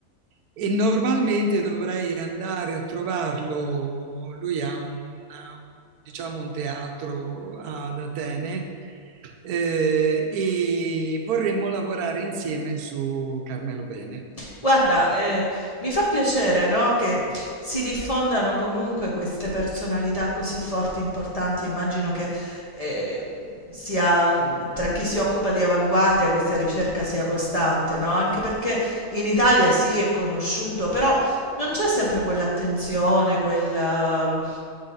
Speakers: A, on the right; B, on the left.
A: e normalmente dovrei andare a trovarlo. Lui ha un, diciamo, un teatro ad Atene eh, e vorremmo lavorare insieme su Carmelo Bene.
B: Guarda, ehm, mi fa piacere, no, che si diffondano comunque queste personalità così forti, importanti. Immagino che, ehm, sia mhmm, tra chi si occupa di avanguardia questa ricerca sia costante, no, anche perché in Italia sì, è conosciuto, però non c'è sempre quell'attenzione, quel ehm,